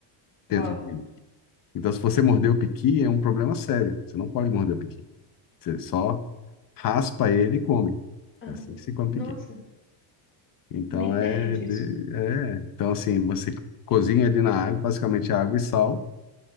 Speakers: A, on the left; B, on the left.
A: Uau.
B: dentro dele. Então, se você morder o piqui, é um problema sério. Você não pode morder o piqui. Você só raspa ele e come.
A: Aham.
B: É assim que se come
A: Nossa,
B: piqui. Então,
A: nem ideia
B: é,
A: disso.
B: de- é. Então, assim, você cozinha ele na água, basicamente é água e sal,